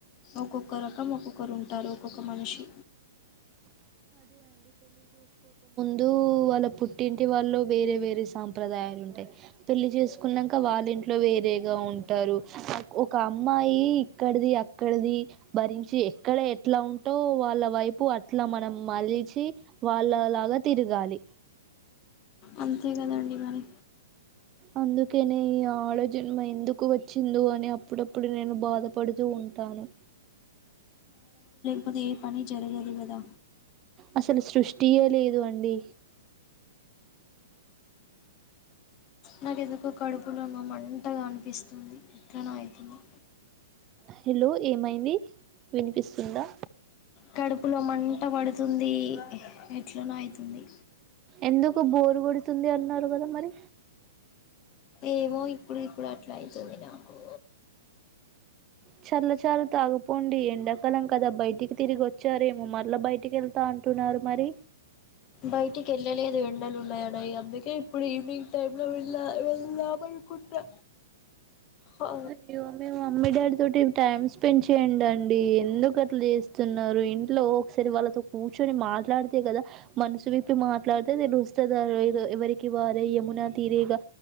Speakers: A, on the left; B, on the right.
A: ఒక్కొక్క రకం ఒక్కొక్కరు ఉంటారు ఒక్కొక్క మనిషి
B: లు వాళ్ళ పుట్టింటి వాళ్ళు వేరే వేరే సాంప్రదాయాలు ఉంటాయి పెళ్లి చేసుకున్నాక వాళ్ళ ఇ ఇంట్లో వేరేగా ఉంటారు ఒక అమ్మాయి ఇక్కడది అక్కడది భరించి ఎక్కడ ఎట్లా ఉంటో వాళ్ళ వై ప్పు అట్లా మనం మలిచి వాళ్ళలాగా తిరగాలి
A: అంతే కదండి మరి
B: అందుకేనే ఈ ఆడా జన్మ ఎందుకు వచ్చిందో అని అప్పుడప్పుడు నేను బాధ పడుతూ ఉంటాను
A: ప్పుదే పని జరుగదుకదా
B: అసలు సృష్టియ లేదు అండి
A: నాకు ఎందుకో కడుపు <unintelligible> మంటగా అనిపిస్తుంది ఎట్లానో అయితుంది
B: హలో ఏమైంది వినిపిస్తుందా
A: కడుపులో మంట పడుతుంది ఎట్లనో అయితుంది
B: ఎందుకు బోరు కోడుతుంది అన్నారు కదా మరి
A: ఏమో ఇప్పుడు ఇప్పుడు అట్లా అయితుంది నాకు
B: చల్ చాల తాగ పోండి ఎండాకాలం కదా బయటికి తిరిగి వచ్చారేమో మల బయటికి వెళ్తా అంటున్నారు మరి
A: బయటికి వెళ్ళ ఎండలు ఉన్నాయి <unintelligible> అందుకే ఇప్పుడు ఈవినింగ్ టైమ్ లో వెళ్ వెళ్దా అనుకున్న హ
B: అయ్యో మీ మమ్మీ డాడీ తోటి టైమ్ స్పెండ్ చేయండి అండి ఎందుక అట్లు చేస్తున్నారు ఇంట్లో ఒకసారి వాళ్ళతో కూర్చొ ని మాట్లాడితే కదా మనసు విప్పి మాట్లాడితే తెలుస్తది ఆ లేో ఎవరి కి వారే యమున తీరేగా